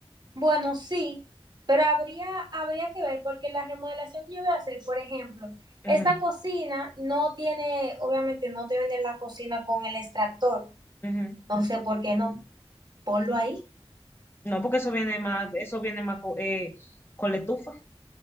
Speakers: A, on the right; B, on the left.
A: Bueno, sí, pero habría, habría que ver, porque la remodelación que yo voy a hacer, por ejemplo,
B: Ujú,
A: esta cocina no tiene, obviamente no te venden la cocina con el extractor,
B: ujú.
A: no sé por qué no, ponlo ahí.
B: No, porque eso viene más, eso viene más co- eh, con, letufa,